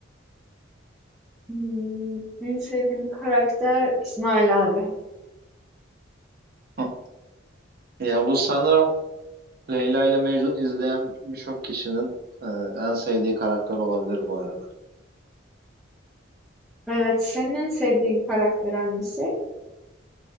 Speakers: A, in the centre; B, on the right.
A: Imm, en sevdiğim karakter İsmail abi.
B: Hı. Ya bu sanırım Leyla ile Mecnun izleyen birçok kişinin e, en sevdiği karakter olabilir bu arada.
A: Evet, senin en sevdiğin karakter hangisi?